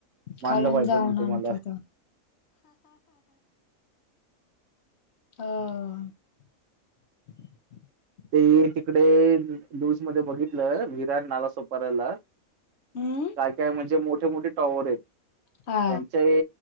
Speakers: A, on the right; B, on the left.
A: मानलं
B: खालून
A: पाहिजे
B: जाऊन
A: मग तुम्हाला.
B: आणत होतो. हो.
A: ते तिकडे न्युज मध्ये बघितलं विराट नालासोपाऱ्याला
B: हम्म
A: काय काय म्हणजे मोठे मोठे टॉवर येत
B: हा
A: त्यांच्या